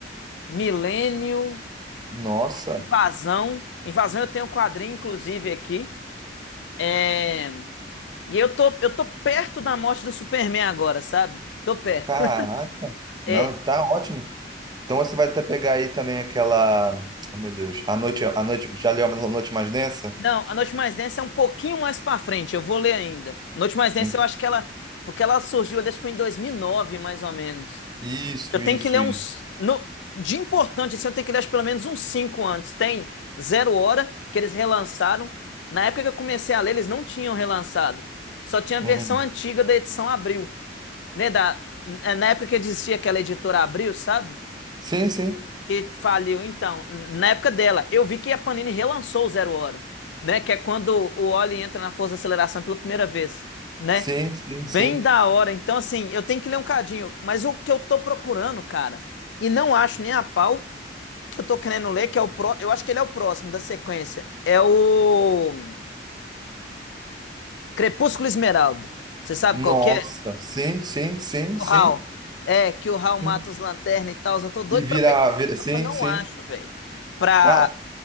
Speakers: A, on the left; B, on the right.
A: Milênio,
B: Nossa,
A: Invasão. Invasão eu tenho um quadrinho, inclusive, aqui. É. E eu tô, eu tô perto da morte do Superman agora, sabe? Tô perto.
B: caraca.
A: <laughs> É.
B: Não, tá ótimo. Então você vai até pegar aí também aquela. Oh, meu Deus. A noite, a noite, já leu a noite mais densa?
A: Não, A Noite Mais Densa é um pouquinho mais pra frente, eu vou ler ainda. A Noite Mais Densa
B: Hum,
A: eu acho que ela. Porque ela surgiu, eu acho que em 2009, mais ou menos.
B: Isso,
A: Eu tenho
B: isso,
A: que ler
B: isso.
A: uns. no- de importante, assim, eu tenho que ler acho, pelo menos uns 5 antes. Tem Zero Hora, que eles relançaram. Na época que eu comecei a ler, eles não tinham relançado. Só tinha a versão
B: Uhum.
A: antiga da edição Abril né, da, é na época que existia aquela editora Abril, sabe?
B: Sim, sim.
A: que faliu. Então, na época dela, eu vi que a Panini relançou o Zero Hora, né? Que é quando o Oli entra na força de aceleração pela primeira vez, né?
B: Sim, sim,
A: Bem
B: sim.
A: da hora. Então, assim, eu tenho que ler um cadinho. Mas o que eu tô procurando, cara, e não acho nem a pau, que eu tô querendo ler, que é o pró... Eu acho que ele é o próximo da sequência. É o Crepúsculo Esmeralda. Você sabe
B: Nossa,
A: qual que é?
B: sim, sim, sim,
A: Do
B: sim.
A: Hal. É, que o Hal
B: sim.
A: mata os lanternas e tal. Eu tô doido
B: E virar,
A: pra pegar esse,
B: vira, vira-
A: só
B: sim,
A: que eu não
B: sim.
A: acho, velho pra
B: Cara,